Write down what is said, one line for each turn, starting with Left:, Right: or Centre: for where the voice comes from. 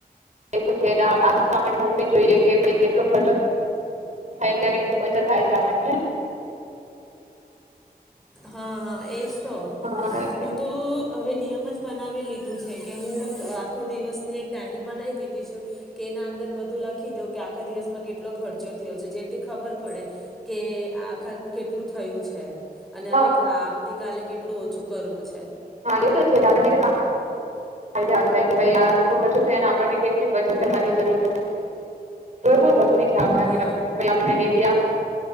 Right: એતો છે આદત તો આપણી હો વી જાઓયે ભઈ કેટલો ખર્ચો થાય, છે અને કેટલી બચત થાય છે આપણેને
Centre: હા હા એ તો
Right: હા
Centre: હું
Right: એ
Centre: તો હવે નિયમ જ બનાવી લીધું છે, કે હું. આખો દિવસ ની એક ડાયરી બનાવી દીધી છું, કે એના અંદર બધું લખી દો કે, આખા દિવસમાં કેટલો ખર્ચો થયો છે, જેથી ખબર પડે કે આખા કેટલું થયું છે. અને
Right: હા
Centre: હવે આવતી કાલે કેટલું ઓછું કરવું છે
Right: હા એ તો છે આપણને કેટલા આઈડિયા આવી જાય કે ભાઈ આ કેટલો ખશેો તો એને આપણને કેટલી બચત કરવાની જરૂર છે તો જરૂરી છે આપણા
Centre: હા
Right: જીવનમાં કે ભઈ આપને ડેલી